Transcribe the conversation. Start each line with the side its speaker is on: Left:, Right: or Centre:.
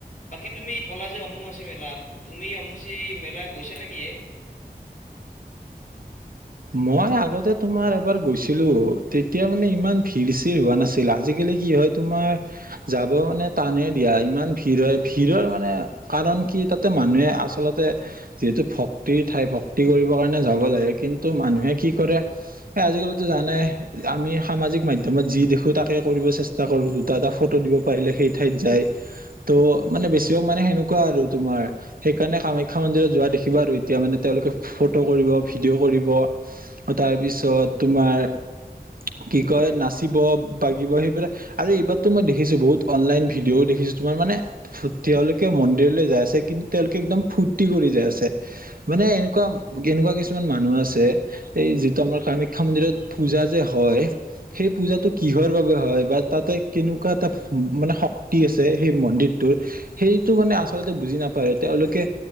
Left: বাকী তুমি ক'লা যে অম্মুবাচী মেলা, তুমি অম্বুবাচী মেলা গৈছা নেকি এই?
Right: মই আগতে তোমাৰ এবাৰ গৈছিলোঁ, তেতিয়া মানে ইমান ভিৰ চিৰ হোৱা নাছিল, আজিকালি কি হয় তোমাৰ, যাব মানে টানেই দিয়া ইমান ভিৰ হয়, ভিৰৰ মানে কাৰণ কি তাতে মানুহে আচলতে যিহেতু ভক্তিৰ ঠাই ভক্তি কৰিব কাৰণে যাব লাগে কিন্তু মানুহে কি কৰে আজিকালিতো জানায়েই আমি সামাজিক মাধ্যমত যি দেখো তাকে কৰিব চেষ্টা কৰো, দুটা এটা ফটো দিব পাৰিলে সেই ঠাইত যায়। ত' মানে বেছিভাগ মানে সেনেকুৱা আৰু তোমাৰ সেইকাৰণে কামাখ্যা মন্দিৰত যোৱা দেখিবা আৰু এতিয়া মানে তেওঁলোকে ফটো কৰিব ভিডিঅ' কৰিব তাৰপিছত তোমাৰ কি কয় নাচিব বাগিব সেইবিলাক আৰু এইবাৰতো মই দেখিছোঁ বহুত অনলাইন ভিডিঅও দেখিছোঁ তোমাৰ মানে তেওঁলোকে মন্দিৰলৈ যাই আছে কিন্তু তেওঁলোকে একদম ফুৰ্ত্তি কৰি যাই আছে। মানে এনেকুৱা, এনেকুৱা কিছুমান মানুহ মানুহ আছে, এই যিটো আমাৰ কামাখ্যা মন্দিৰত পূজা যে হয় সেই পূজাটো কিহৰ বাবে হয় বা তাতে কেনেকুৱা এটা মানে শক্তি আছে সেই মন্দিৰটোৰ সেইটো মানে আচলতে বুজি নাপায়, তেওঁলোকে